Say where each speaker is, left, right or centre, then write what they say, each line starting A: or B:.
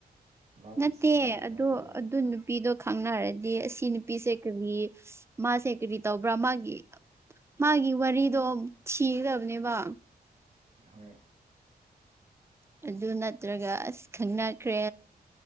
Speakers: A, on the right; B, on the right.
A: ꯂꯥꯄꯤꯁ
B: ꯅꯠꯇꯦ
A: ꯂꯥꯏ
B: ꯑꯗꯣ
A: ꯍꯥꯏꯒꯦꯗꯣ
B: ꯑꯗꯨ ꯅꯨꯄꯤꯗꯣ ꯈꯪꯅꯔꯗꯤ ꯑꯁꯤ ꯅꯨꯄꯤꯁꯦ ꯀꯔꯤ ꯃꯥꯁꯦ ꯀꯔꯤꯔꯤ ꯇ ꯑꯣꯕ꯭ꯔꯥ ꯃꯥꯒꯤꯦ ꯃꯥꯒꯤ ꯋꯥꯔꯤꯗꯣ ꯊꯤꯒꯗꯕꯅꯦꯕ
A: ꯍꯣꯏ
B: ꯑꯗꯨ ꯅꯠꯇ꯭ꯔꯒ ꯑꯁ ꯈꯪꯅꯈ꯭ꯔꯦ